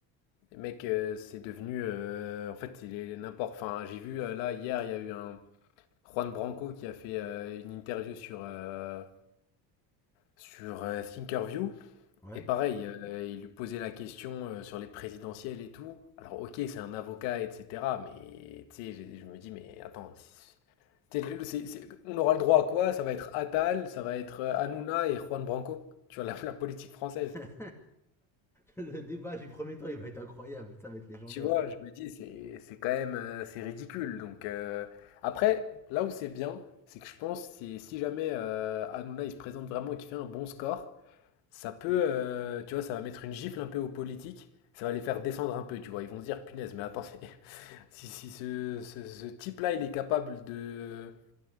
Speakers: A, on the left (about 80°); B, in the centre.
A: Les mecs, euh, c'est devenu, euh, en fait, il est n'importe. Enfin, j'ai vu euh, là hier, il y a eu un Juan Branco qui a fait euh, une interview sur, euh, sur euh, Thinkerview.
B: Ouais.
A: Et pareil, euh, il lui posait la question euh, sur les présidentielles et tout. Alors ok, c'est un avocat, etc. Mais tu sais, je, je me dis, mais attends, c'est- tu sais, le- c'est- c'est- on aura le droit à quoi? Ça va être Attal, ça va être euh, Hanouna et Juan Branco. Tu vois, la, la politique française.
B: <laughs> le débat du premier tour, il va être incroyable. Ça va être légendaire.
A: Tu vois, je me dis, c'est c'est quand même euh, c'est ridicule. Donc euh, après, là où c'est bien, c'est que je pense, c'est si si jamais euh, Hanouna il se présente vraiment et qu'il fait un bon score, ça peut, euh, tu vois, ça va mettre une gifle un peu aux politiques, ça va les faire descendre un peu, tu vois. Ils vont se dire, punaise, mais attendez, <laughs> si, si ce, ce- ce type-là, il est capable de...